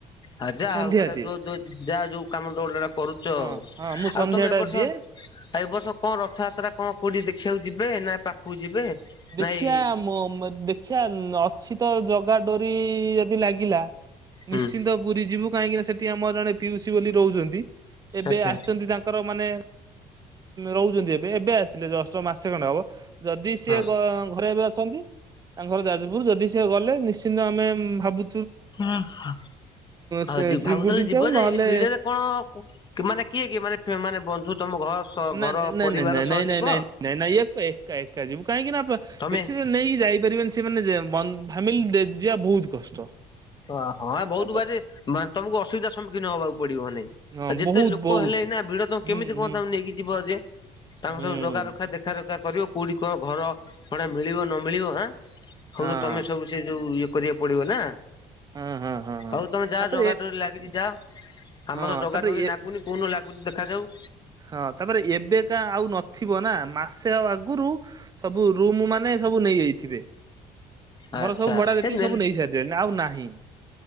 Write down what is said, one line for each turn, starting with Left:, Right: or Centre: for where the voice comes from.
Left: ଆ ଯାହା
Right: ସନ୍ଧ୍ୟା
Left: ହଉ ଗୋଟା
Right: ଦିଏ।
Left: ଯୋଉ ଯୋଉ ଯାହା ଯୋଉ କାମତ ଗୋଟେ ଗୋଟେ କରୁଛ
Right: ହଁ
Left: ଆଉ
Right: ହଁ ମୁଁ ସନ୍ଧ୍ୟା
Left: ଆଉ ତମେ
Right: ଟା
Left: ଏ ବର୍ଷ
Right: ଦିଏ।
Left: ଆଉ ଏ ବର୍ଷ କଣ ରଥଯାତ୍ରା କଣ କୋଉଠି ଦେଖିବାକୁ ଯିବେ ନା ପାଖକୁ ଯିବେ?
Right: ଦେଖିଆ
Left: ନାଇଁ
Right: ମୋ ମ ଦେଖିଆ ଅଛି ତ, ଜଗା ଡୋରି-ଇ ଯଦି ଲାଗିଲା।
Left: ହୁଁ
Right: ନିଶ୍ଚିନ୍ତ ପୁରୀ ଯିବୁ କାହିଁକିନା, ସେଠି ଆମର ଜଣେ ପିଉସି ବୋଲି ରହୁଛନ୍ତି। ଏବେ
Left: ଆଚ୍ଛା
Right: ଆସିଛନ୍ତି ତାଙ୍କ ତାଙ୍କର ମାନେ-ଏ ରହୁଛନ୍ତି, ଏବେ, ଏବେ ଆସିଲେ ଜଷ୍ଟ ମାସେ ଖଣ୍ଡେ ହବ। ଯଦି ସିଏ
Left: ହଁ
Right: ଗ ଘରେ ଏବେ ଅଛନ୍ତି, ତାଙ୍କ ଘର ଯାଜପୁର ଯଦି ସେ ଗଲେ ନିଶ୍ଚିନ୍ତ, ଆମେ ଭାବୁ
Left: ହଁ,
Right: ସେ
Left: ଆଉ ଜି
Right: ଶ୍ରୀଗୁଣ୍ଡିଚା
Left: ଭାବୁଥିଲ ଯିବ
Right: କୁ
Left: ଯେ,
Right: ନହେଲେ
Left: ଏଇ ଭିଡରେ କଣ ମାନେ କିଏ? କିଏ? ମାନେ, ମାନେ ବନ୍ଧୁ ତମ ଘର ସ
Right: ନ
Left: ଘର
Right: ନାଇଁ
Left: ପରିବାର
Right: ନ
Left: ସହ
Right: ନାଇଁ ନାଇଁ
Left: ଯିବ
Right: ନାଇଁ ନାଇଁ ନାଇଁ ନାଇଁ ଏକ ଏକା ଏକା ଯିବୁ କାହିଁକିନା,
Left: ତମେ?
Right: ଏଠି ଯେ ନେଇକି ଯାଇ ପାରିବେନି। ସେମାନେ ଯେ, ବନ୍ ଫାମିଲି ଯିବା ବହୁତ କଷ୍ଟ।
Left: ଅ ହଁ, ଏ ବହୁତ
Right: ତାପରେ
Left: ବାଜେ, ମାନେ ତମକୁ ଅସୁବିଧା ସମ୍ମୁଖୀନ ହବାକୁ ପଡିବ ମାନେ।
Right: ହଁ
Left: ଆଉ, ଯେତେ
Right: ବହୁତ
Left: ଲୋକ
Right: ବହୁତ
Left: ହେଲେ ଏଇନା ଭିଡ଼ ତ,
Right: ହୁଁ
Left: କେମିତି କଣ
Right: ହୁଁ
Left: ତମ ନେଇକି ଯିବ ଯେ? ତାଙ୍କ
Right: ହୁଁ
Left: ସବୁ ଜଗା ରଖା ଦେଖ ଦେଖା ରଖା କରିବ। କୋଉଠି କଣ ଘର ଭଡା ମିଳିବ ନ ମିଳିବ ହାଁ? ହଉ
Right: ହଁ।
Left: ତ ତମେ ସବୁ ସେ ଯୋଉ ଇଏ କରିବାକୁ ପଡିବ ନା?
Right: ହଁ ହଁ ହଁ ହଁ
Left: ହଉ ତମେ ଯାଅ
Right: ତାପରେ
Left: ଜଗା
Right: ଏ
Left: ଡୋରି ଲାଗିଛି
Right: ଆସୁ
Left: ଯାଅ।
Right: ହଁ
Left: ଆମର ତ ଜଗା
Right: ତାପରେ
Left: ଡୋରି
Right: ଏ
Left: ନାଗୁନି। କୌଉନ ଲାଗୁଛି ଦେଖାଯାଉ।
Right: ହଁ, ତାପରେ ଏବେ କା ଆଉ ନଥିବ ନା। ମାସେ ଆଉ ଆଗରୁ ସବୁ ରୁମ୍ ମାନେ ସବୁ ନେଇଯାଇଥିବେ।
Left: ଆଚ୍ଛା
Right: ଘର ସବୁ ଭଡା
Left: ସେ
Right: ଯେତିକ
Left: ନେଲେ
Right: ସବୁ ନେଇ ସାରି ଯେନ୍ ଆଉ ନାହିଁ।